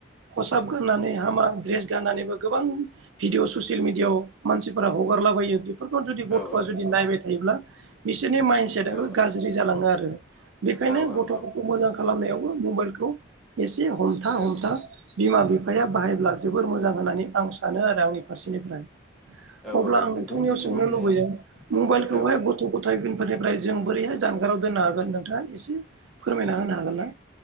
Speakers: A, on the right; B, in the centre.
A: खसाब गाननानै हामा द्रेस गाननानैबो गोबां भिडिअ ससियेल मिडियाआव मानसिफोरा हगारलाबायो बेफोरखौ जुदि गथ'आ
B: औ औ नंगौ औ
A: जुदि
B: नंगौ
A: नायबाय थायोब्ला बिसोरनि माइन्दसेटआबो
B: औ
A: गाज्रि जालाङो आरो बेखायनो
B: औ औ
A: गथ'फोरखौ
B: नंगौ
A: मोजां खालामनायावबो मबाइलखौ एसे हमथा
B: औ
A: हमथा बि बिमा बिफाया बाहायब्ला जोबोर मोजां होननानै आं सानो आरो आंनि फारसेनिफ्राय
B: औ
A: अब्ला
B: औ
A: आं नोंथांनियाव
B: नंगौ नोंथाङा
A: सोंनो
B: होननाया
A: लुबैयो मबाइलखौहाय
B: औ
A: गथ' गथाय निफ्राय जों बोरैहाय जानगाराव दोननो हागोन नोंथाङा एसे फोरमायना होनो हागोन ना